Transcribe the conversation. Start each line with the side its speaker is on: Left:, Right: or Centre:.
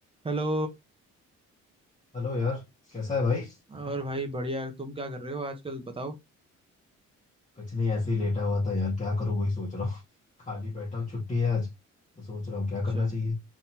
Right: Hello
Left: Hello यार कैसा है भाई
Right: और भाई बढ़िया तुम क्या कर रहे हो आजकल बताओ
Left: कुछ नहीं ऐसे ही लेटा हुआ था यार क्या करूँ वही सोच रहा हूँ <laughs> खाली बैठा हूँ छुट्टी है आज तो सोच रहा हूँ क्या
Right: अच्छा
Left: करना चाहिए